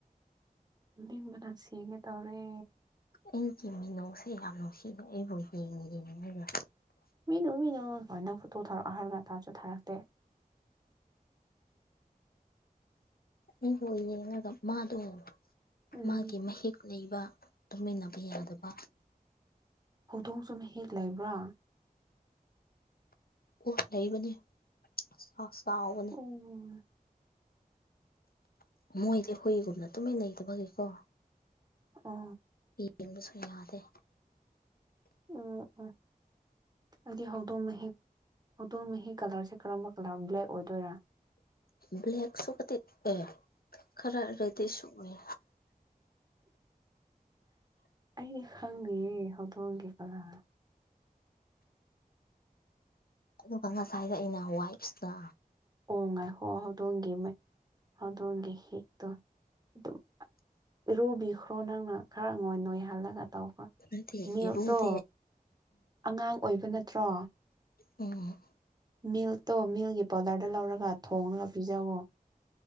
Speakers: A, on the right; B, on the left.
A: ꯅꯤꯡꯕꯅ ꯁꯤꯒꯦ ꯇꯧꯔꯦ
B: ꯑꯩꯒꯤ ꯃꯤꯅꯨꯡꯁꯦ ꯌꯥꯝ ꯅꯨꯡꯁꯤꯅ ꯑꯩꯕꯨ ꯌꯦꯡꯅ ꯌꯦꯅꯤꯡꯉꯥꯏꯕ
A: ꯃꯤꯅꯨ ꯃꯤꯅ ꯁꯨꯃꯥꯏꯅꯪ ꯐꯣꯇꯣ ꯊꯥꯔꯛꯑꯣ ꯍꯥꯏꯕꯇꯥꯥꯡꯁꯨ ꯊꯥꯔꯛꯇꯦ
B: ꯑꯩꯕꯨ ꯌꯦꯡꯉꯒ ꯃꯥꯗꯣ
A: ꯎꯝ
B: ꯃꯥꯒꯤ ꯃꯍꯤꯛ ꯂꯩꯕ ꯇꯨꯝꯃꯤꯟꯅꯕ ꯌꯥꯗꯕ
A: ꯍꯧꯗꯣꯡꯁꯨꯅ ꯍꯦꯛ ꯂꯩꯕ꯭ꯔꯥ
B: ꯑꯣꯠ ꯂꯩꯕꯅꯤ ꯆꯥꯛ ꯆꯥꯎꯕꯅꯤ
A: ꯎꯝ
B: ꯃꯣꯏꯗꯤ ꯍꯈꯣꯏꯏꯒꯨꯝꯅ ꯇꯨꯃꯥꯏ ꯂꯩꯇꯕꯒꯤꯀꯣ
A: ꯑꯣ
B: ꯌꯦꯡꯕꯁꯨ ꯌꯥꯗꯦ <inaudible>
A: ꯎꯝ ꯎꯝ ꯑꯩꯗꯤ ꯍꯧꯗꯣꯡ ꯃꯍꯤꯛ ꯍꯧꯗꯣꯡ ꯃꯍꯤ ꯀꯂꯔꯁꯦ ꯀꯔꯝꯕ ꯀꯂꯔ ꯕ꯭ꯂꯦꯛ ꯑꯣꯏꯗꯣꯏꯔꯥ
B: ꯕ꯭ꯂꯦꯛꯦꯛꯁꯨꯣ ꯑꯦ ꯈꯔꯔ ꯔꯦꯗꯤ ꯁ ꯑꯣꯏ
A: ꯑꯩꯗꯤ ꯈꯪꯉꯦꯌꯦ ꯍꯧꯗꯣꯡꯒꯦ ꯀꯔꯥ
B: ꯑꯗꯨꯒ ꯉꯁꯥꯏꯗ ꯑꯩꯅ ꯋꯥꯏꯐꯁꯇ
A: ꯑꯣ ꯉꯥꯏ ꯍꯣ ꯍꯧꯗꯣꯡꯒꯦꯃꯦ ꯑꯗꯣꯝꯒꯤ ꯍꯦꯛꯇꯣ ꯑꯗꯨꯝ ꯏꯔꯨꯕꯤꯈ꯭ꯔꯣ ꯅꯪꯅ ꯈꯔ ꯑꯣꯏꯗꯣꯏ ꯌꯥꯍꯜꯂꯒ ꯇꯧꯈ꯭ꯔ
B: ꯅꯠꯇꯦ
A: ꯃꯌꯇꯣ
B: ꯏꯔꯨꯗꯦ
A: ꯑꯉꯥꯡ ꯑꯣꯏꯕ ꯅꯠꯇ꯭ꯔꯣ
B: ꯑꯣ
A: ꯃꯤꯜꯛꯇꯣ ꯃꯤꯜꯛꯀꯤ ꯄꯥꯎꯗꯔꯗ ꯂꯧꯔꯒ ꯊꯣꯉꯒ ꯄꯤꯖꯧ